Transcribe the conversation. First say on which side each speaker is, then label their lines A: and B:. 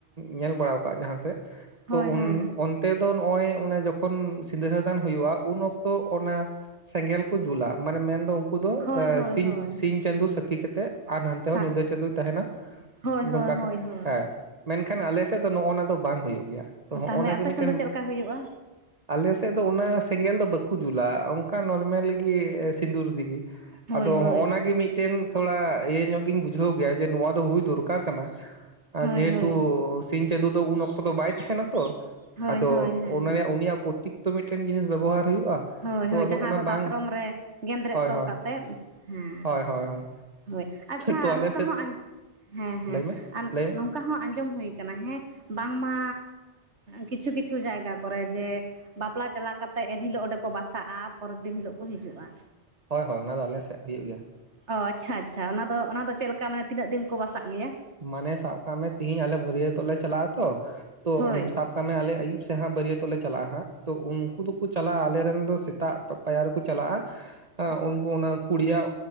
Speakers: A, on the right; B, on the right.
A: ᱧᱮᱞ ᱵᱟᱲᱟ ᱟᱠᱟᱜ ᱡᱟᱦᱟ ᱥᱮᱫ
B: ᱦᱳᱭ
A: ᱛᱚ
B: ᱦᱳᱭ
A: ᱚᱱᱛᱮ ᱫᱚ ᱱᱚᱜᱼᱚᱭ ᱚᱱᱮ ᱡᱚᱠᱷᱚᱱ ᱥᱤᱸᱫᱷᱨᱟᱹ ᱫᱟᱱ ᱦᱳᱭᱳᱜᱼᱟ ᱩᱱ <unintelligible> ᱚᱠᱛᱚ ᱚᱱᱟ ᱥᱮᱸᱜᱮᱞ ᱠᱚ ᱡᱳᱞᱟ ᱢᱟᱱᱮ ᱢᱮᱱᱫᱚ ᱠᱩ ᱫᱚ
B: ᱦᱳᱭ ᱦᱳᱭ
A: ᱥᱤᱧ,
B: ᱦᱳᱭ
A: ᱥᱤᱧ ᱪᱟᱸᱫᱳ ᱥᱟᱠᱷᱤ ᱠᱟᱛᱮᱜ ᱟᱨ ᱱᱟᱱᱛᱮ ᱦᱚᱸ
B: ᱥᱟᱜ
A: ᱧᱤᱫᱟᱹ ᱪᱟᱸᱫᱳᱭ ᱛᱟᱦᱮᱱᱟ
B: ᱦᱳᱭ
A: ᱱᱚᱝᱠᱟ
B: ᱦᱳᱭ ᱦᱳᱭ ᱦᱳᱭ
A: ᱦᱮᱸ ᱢᱮᱱᱠᱷᱟᱱ ᱟᱞᱮ ᱥᱮᱫ ᱫᱚ ᱱᱚᱜᱚ ᱱᱟ ᱫᱚ ᱵᱟᱝ ᱦᱳᱭᱳᱜ ᱜᱮᱭᱟ᱾ ᱛᱚ ᱦᱚᱜᱼᱚ
B: ᱛᱟᱦᱞᱮ
A: ᱱᱟ
B: ᱟᱯᱮᱥᱮᱱ
A: ᱜᱮ ᱢᱤᱫᱴᱮᱱ
B: ᱫᱚ ᱪᱮᱫ ᱞᱮᱠᱟ ᱦᱩᱭᱩᱜᱼᱟ?
A: ᱟᱞᱮ ᱥᱮᱫ ᱫᱚ ᱚᱱᱟ ᱥᱮᱸᱜᱮᱞ ᱫᱚ ᱵᱟᱠᱚ ᱡᱩᱞᱟ ᱚᱱᱠᱟ ᱱᱚᱨᱢᱮᱞ ᱜᱮ ᱥᱤᱸᱫᱩᱨ ᱫᱤᱜᱤ
B: ᱦᱳᱭ
A: ᱟᱫᱚ
B: ᱦᱳᱭ
A: ᱦᱚᱸᱜᱼᱚᱱᱟ ᱜᱮ ᱢᱤᱫᱴᱟᱹᱱ ᱛᱷᱚᱲᱟ ᱤᱭᱟᱹ ᱧᱚᱜ ᱜᱤᱧ ᱵᱩᱡᱷᱟᱹᱣ ᱜᱮᱭᱟ ᱡᱮ ᱱᱚᱣᱟ ᱫᱚ ᱦᱩᱭ ᱫᱚᱨᱠᱟᱨ ᱠᱟᱱᱟ,
B: ᱦᱳᱭ
A: ᱡᱮ
B: ᱦᱳᱭ
A: ᱦᱩᱛᱩ ᱥᱤᱧ ᱪᱟᱸᱫᱳ ᱫᱚ ᱩᱱ ᱚᱠᱛᱚ ᱫᱚ ᱵᱟᱭ ᱛᱟᱦᱮᱱᱟ ᱛᱚ
B: ᱦᱳᱭ
A: ᱟᱫᱚ
B: ᱦᱳᱭ ᱦᱮᱸ
A: ᱚᱱᱟ
B: ᱦᱮᱸ
A: ᱩᱱᱤᱭᱟᱜ ᱛᱤᱠᱛᱚ ᱢᱤᱫᱴᱮᱱ ᱡᱤᱱᱤᱥ ᱵᱮᱵᱚᱦᱟᱨ ᱦᱩᱭᱩᱜᱼᱟ᱾
B: ᱦᱳᱭ
A: ᱛᱚ
B: ᱦᱳᱭ
A: ᱟᱫᱚ
B: ᱡᱟᱦᱟ
A: ᱚᱱᱟ
B: ᱫᱚ
A: ᱵᱟᱝ
B: ᱫᱟᱛᱨᱚᱢ ᱨᱮ ᱜᱮᱸᱫᱽᱨᱮᱡ
A: ᱦᱳᱭ
B: ᱛᱚᱞ
A: ᱦᱳᱭ
B: ᱠᱟᱛᱮᱫ, ᱦᱮᱸ
A: ᱦᱳᱭ ᱦᱳᱭ ᱦᱳᱭ
B: ᱦᱳᱭ ᱟᱪᱪᱷᱟ
A: ᱛᱚ ᱟᱞᱮ
B: ᱱᱚᱝᱠᱟ
A: ᱥᱮᱫ
B: ᱦᱚᱸ ᱦᱮᱸ ᱦᱮᱸ
A: ᱞᱟᱹᱭ ᱢᱮ ᱞᱟᱹᱭ ᱢᱮ
B: ᱱᱚᱝ ᱚᱱᱠᱟ ᱦᱚᱸ ᱟᱡᱚᱢ ᱦᱳᱭ ᱠᱟᱱᱟ ᱦᱮᱸ ᱵᱟᱝᱢᱟ ᱠᱤᱪᱷᱩ ᱠᱤᱪᱷᱩ ᱡᱟᱭᱜᱟ ᱠᱚᱨᱮ ᱡᱮ ᱵᱟᱯᱞᱟ ᱪᱟᱞᱟᱣ ᱠᱟᱛᱮᱜ ᱮᱱᱦᱤᱞᱳᱜ ᱚᱸᱰᱮ ᱠᱚ ᱵᱟᱥᱟᱜᱼᱟ, ᱯᱚᱨᱮᱨ ᱫᱤᱱ ᱦᱤᱞᱳᱜ ᱠᱚ ᱦᱤᱡᱩᱜᱼᱟ᱾
A: ᱦᱳᱭ ᱦᱳᱭ ᱚᱱᱟᱫᱚ ᱟᱞᱮ ᱥᱮᱜ ᱦᱩᱭᱩᱜ ᱜᱮᱭᱟ᱾
B: ᱚ ᱟᱪᱪᱷᱟ ᱟᱪᱪᱷᱟ ᱚᱱᱟᱫᱚ ᱚᱱᱟ ᱫᱚ ᱪᱮᱜ ᱞᱮᱠᱟ ᱢᱟᱱᱮ ᱛᱤᱱᱟᱹᱜ ᱫᱤᱱ ᱠᱚ ᱵᱟᱥᱟᱜ ᱜᱮᱭᱟ?
A: ᱢᱟᱱᱮ ᱥᱟᱵ ᱠᱟᱜ ᱢᱮ ᱛᱤᱦᱤᱧ ᱟᱞᱮ ᱵᱟᱹᱨᱭᱟᱹᱛᱚᱜ ᱞᱮ ᱪᱟᱞᱟᱜ ᱟᱛᱚ ᱛᱚ
B: ᱦᱳᱭ
A: ᱥᱟᱵ ᱠᱟᱜ ᱢᱮ ᱟᱞᱮ ᱟᱭᱩᱵ ᱥᱮᱜ ᱦᱟᱜ ᱵᱟᱹᱨᱭᱟᱹᱛᱚᱜ ᱞᱮ ᱪᱟᱞᱟᱜᱼᱟ ᱦᱟᱜ ᱛᱚ ᱩᱱᱠᱩ ᱫᱚᱠᱚ ᱪᱟᱞᱟᱜᱼᱟ ᱟᱞᱮᱨᱮᱱ ᱫᱚ ᱥᱮᱛᱟᱜ ᱯᱟᱭᱟᱨ ᱨᱮᱠᱚ ᱪᱟᱞᱟᱜᱼᱟ᱾
B: <inaudible>
A: ᱟ ᱩᱱᱠᱩ ᱚᱱᱟ ᱠᱩᱲᱤᱭᱟᱜ